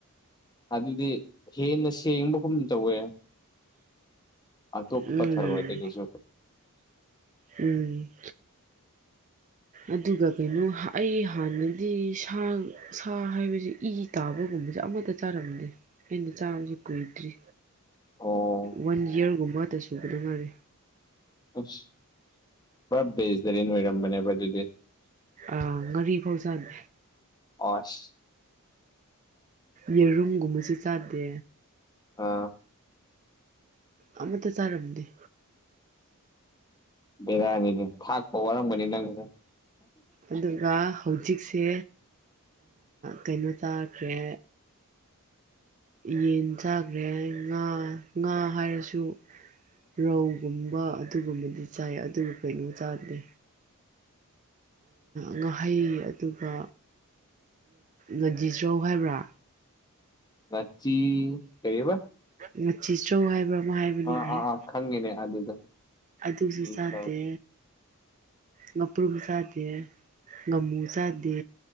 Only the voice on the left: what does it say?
ꯑꯗꯨꯗꯤ ꯍꯦꯟꯅ ꯁꯦꯡꯕꯒꯨꯝ ꯇꯧꯋꯦ ꯑ ꯇꯣ
ꯄꯊꯔ ꯑꯣꯏꯣꯏ ꯇ ꯀꯁꯨ
ꯑꯣ
ꯑꯁ ꯄꯨꯞ ꯕꯦꯁꯇꯔꯤꯟ ꯑꯣꯏꯔꯝꯕꯅꯦꯕ ꯑꯗꯨꯗꯤ
ꯑꯣꯁ
ꯑꯥ
ꯔꯥꯅꯤꯗꯤ ꯐꯥꯥꯛ ꯐꯧꯔꯪꯕꯅꯤ ꯅꯪꯦ
ꯉꯆꯤ ꯀꯩꯕ
ꯑꯥ ꯑꯥ ꯑꯥ ꯈꯪꯉꯤꯅꯦ ꯑꯗꯨꯗꯣ
ꯑꯥ